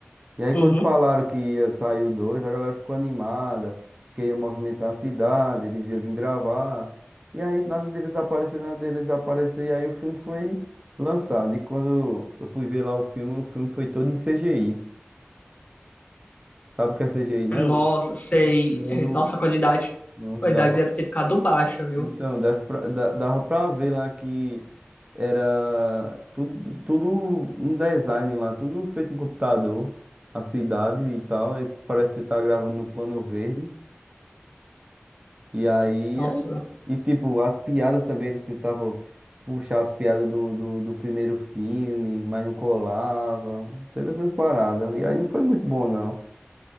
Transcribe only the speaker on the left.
Uhum.
Nossa,
sei.
É, Nossa, a qualidade,
a qualidade
deve ter ficado baixa, viu?
Nossa,